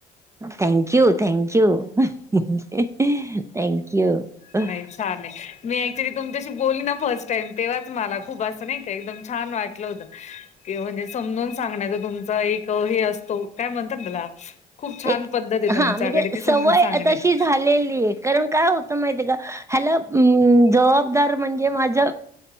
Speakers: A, on the right (about 15°); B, on the left (about 40°).
A: Thank you thank you thank you हंह
B: नाही
A: हं
B: छान आहे मी ऍक्च्युली तुमच्याशी बोलली ना फर्स्ट टाईम तेव्हाच मला खूप असं नाही का एकदम छान वाटलं होतं. की म्हणजे समजून सांगण्याच तुमचा एक हे असतो काय म्हणतात त्याला खूप छान
A: एक
B: पद्धत आहे तुमच्याकडे
A: हा म्हणजे
B: ती समजून
A: सवय
B: सांगण्याची
A: तशी झालेली आहे. कारण काय होतं माहितीका ह्याला जबाबदार म्हणजे माझं